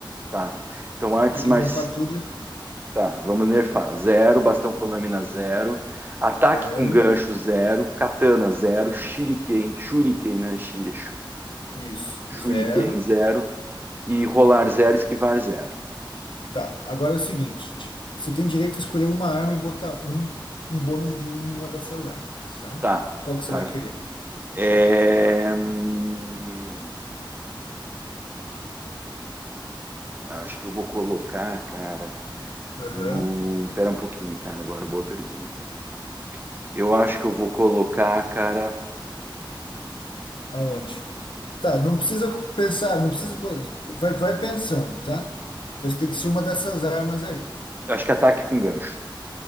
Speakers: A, on the right; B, on the left.
A: Tá. Então
B: Você
A: artes
B: vai ter que
A: marciais,
B: nerfar tudo.
A: tá, vamos nerfar. Zero, bastão com lâmina zero, ataque
B: Zero.
A: com gancho zero, katana zero, shuriken, shuriken, né? Shire,
B: Isso,
A: Shuriken
B: zero.
A: zero e rolar 0, esquivar zero
B: Tá, agora é o seguinte: você tem direito a escolher uma arma e botar um, um bônus de um em uma dessas armas, tá?
A: Tá,
B: Qual que você
A: tá.
B: vai querer?
A: É, hum, Acho que eu vou colocar, cara,
B: Aham,
A: no. Pera um pouquinho, cara, agora boa pergunta. Eu acho que eu vou colocar, cara.
B: Aonde? Tá, não precisa pensar, não precisa. bo- Vai, vai pensando, tá? Vai ter que ser uma dessas armas aí.
A: Acho que ataque com gancho.